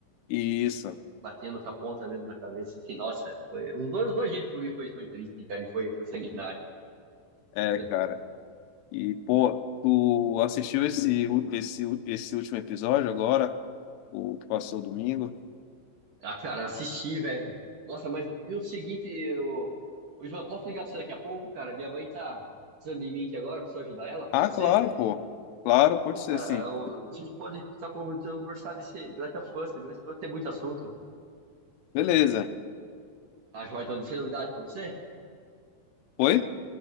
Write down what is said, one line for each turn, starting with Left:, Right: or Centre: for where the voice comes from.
Left: Isso.
Right: Batendo com a ponta mesmo na cabeça, assim, nossa, foi. Os dois, os dois jeitos pra mim foi, foi triste, cara, e foi, foi sanguinário.
Left: É,
Right: <laughs>
Left: cara. E, pô, tu assistiu esse, u- esse, u- esse último episódio agora? O que passou domingo?
Right: Ah, cara, assisti, velho. Nossa, mas e o seguinte, eu... Ô, Ivan, posso ligar pra você daqui a pouco, cara? Minha mãe tá precisando de mim aqui agora, preciso ajudar ela, pode
Left: Ah,
Right: ser?
Left: claro, pô. Claro, pode
Right: Pô,
Left: ser
Right: cara,
Left: sim.
Right: eu- a gente pode estar comentando, conversar desse The Last of Us, que The Last of Us tem muito assunto.
Left: Beleza.
Right: Ah, joia, então, tem novidade pra você?
Left: Foi?